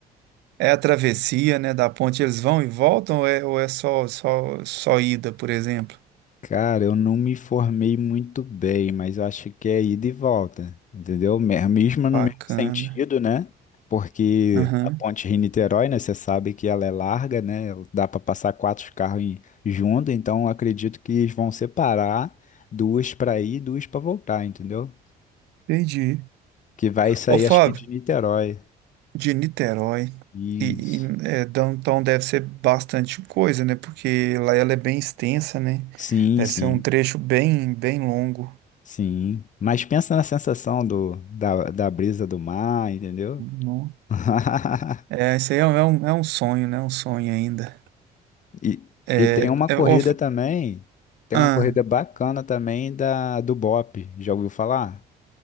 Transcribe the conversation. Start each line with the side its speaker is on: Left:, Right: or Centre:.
Right: É a travessia, né, da ponte, eles vão e voltam ou é, ou é só, só, só ida, por exemplo?
Left: Cara, eu não me formei muito bem, mas eu acho que é ida e volta, entendeu? Me- Mesmo no
Right: Bacana.
Left: mesmo sentido, né? Porque
Right: Aham,
Left: a ponte Rio-Niterói, né? Você sabe que ela é larga, né? Dá para passar quatro carros em- junto, então eu acredito que eles vão separar duas para ir e duas para voltar, entendeu?
Right: entendi.
Left: Que vai sair,
Right: Ô, Fábio,
Left: acho que de Niterói.
Right: de Niterói,
Left: Isso.
Right: e, e é, downtown deve ser bastante coisa, né, porque lá ela é bem extensa, né,
Left: Sim,
Right: deve
Left: sim.
Right: ser um trecho bem, bem longo.
Left: Sim, mas pensa na sensação do, da, da brisa do mar, entendeu?
Right: Não.
Left: <laughs>
Right: É, isso aí é, um, é um é um sonho, né, um sonho ainda.
Left: E,
Right: É,
Left: e tem uma
Right: é,
Left: corrida
Right: ô, F-
Left: também, tem
Right: ah,
Left: uma corrida bacana também da, do BOP, já ouviu falar?